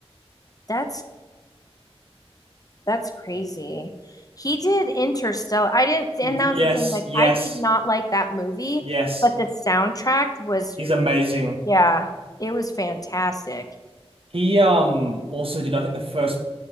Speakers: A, on the left (about 35°); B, on the right (about 60°).
A: That's That's crazy. He did Interstellar. I didn't, and
B: He
A: that was
B: yes,
A: the thing. Like,
B: yes,
A: I did not like that movie,
B: yes.
A: but the soundtrack was,
B: He's amazing.
A: yeah, it was fantastic.
B: He um also did I think the first